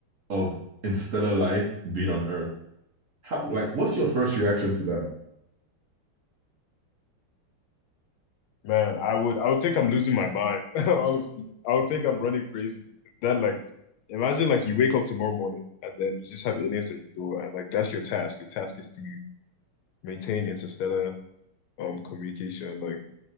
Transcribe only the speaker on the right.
of interstellar life being on earth how like what's your first reaction to that